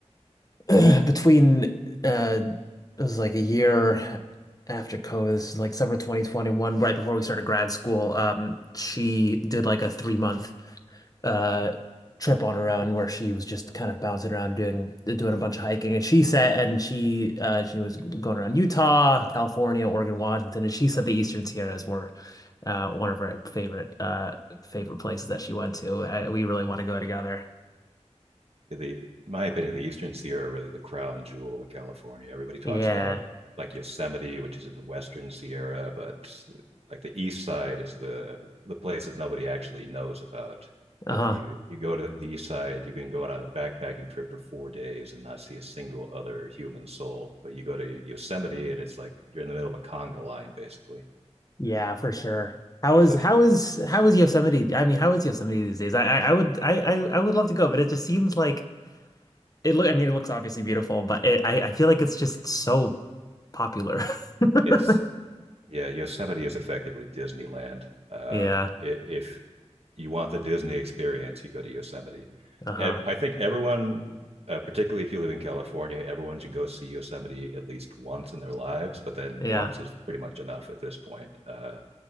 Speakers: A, on the left; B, on the right.
A: <clears throat> between uh it was like a year after COVID, this is like summer 2021 right before we started grad school. Um she did like a 3-month uh trip on her own where she was just kind of bouncing around doing doing a bunch of hiking and she said and she uh she was going around Utah, California, Oregon, Washington and she said the Eastern Sierras were uh one of her favorite uh favorite places that she went to. I, we really want to go together.
B: the my opinion, the Eastern Sierra are really the crown jewel of California. Everybody talks
A: Yeah.
B: about like Yosemite, which is in the Western Sierra, but like the East Side is the the place that nobody actually knows about.
A: Uh-huh.
B: You know, you you go to the East Side, you can go on a backpacking trip for four days and not see a single other human soul. But you go to Yosemite, and it's like you're in the middle of a conga line, basically.
A: Yeah, for sure. How is
B: So
A: how
B: if you,
A: is how is Yosemite? I mean, how is Yosemite these days? I I, I would I, I I would love to go, but it just seems like It look, I mean, it looks obviously beautiful, but it, I, I feel like it's just so popular. <laughs>
B: it's Yeah, Yosemite is effectively Disneyland. Uh,
A: Yeah.
B: if you want the Disney experience, you go to Yosemite.
A: Uh-huh.
B: I think everyone, uh, particularly if you live in California, everyone should go see Yosemite at least once in their lives. But then
A: Yeah,
B: once is pretty much enough at this point. Uh,